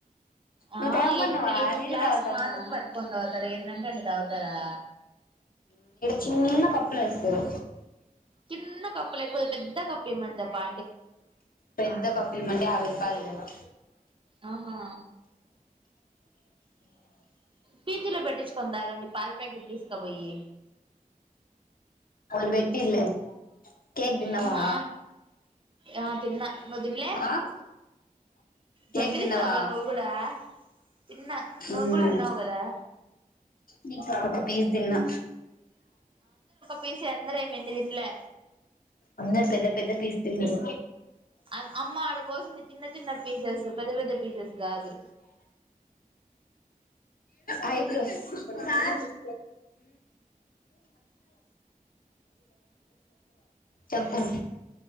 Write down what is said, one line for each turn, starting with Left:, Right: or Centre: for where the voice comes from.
Right: ఆ
Left: ను తె అమ్మన్నవా
Right: ఎన్ని ఎన్ని
Left: నేనే
Right: గ్లాస్
Left: తగుతున్నా
Right: మాత్రం పట్టుకొని తాగుతారు ఎన్నంటే అన్ని తాగుతారా
Left: చిన్న కప్పులు వేస్తారు
Right: చిన్న కపలే ఎకు అధా కపే ఇ ఎమ్సి చెపు
Left: పెద్ద కప్పిమండి ఆవిరి తధి కదా
Right: అహా పిజీ లో పెట్టించుకొని తాగండి పాలు ప్యాకెట్ తీస్ క్క పోయి
Left: వోలు బెట్టిర్లే కేక్ తిన్నవా
Right: ఆహా ఆ తిన్నా నువ్వు తినలే
Left: ఆ కేక్
Right: దొబ్బి
Left: తిన్నావా
Right: తిన్నావుగా నువ్వు కూడా తిన్నా నువ్వు
Left: మ్మ్
Right: కూడా తిన్నావు కదా
Left: నేన్ గూడా ఒక పీస్ దిన్నా
Right: పీసీ అందరు ఏమి ఎంది తింలే
Left: అందరు పెద్ద పెద్ద పీస్ తిన్నారు
Right: అం అమ్మ ఆడ కోసింది చిన్న చిన్న పీసెస్ పెద్ద పెద్ద పీసెస్ గాదు
Left: ఐబ్రోస్ హ్మ్ చెప్పు